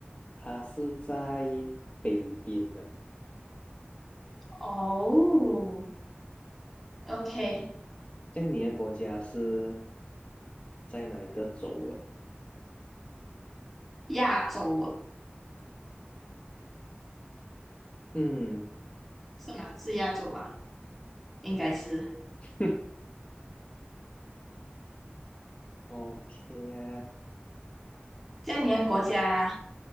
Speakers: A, on the left; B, in the centre.
A: 它是在北边的。
B: 哦，OK，
A: 这样你的国家是在哪一个州啊？
B: 亚洲哦，
A: 嗯
B: 是吗？是亚洲吧？应该是。
A: <laughs>，OK 啊，
B: 这样你的国家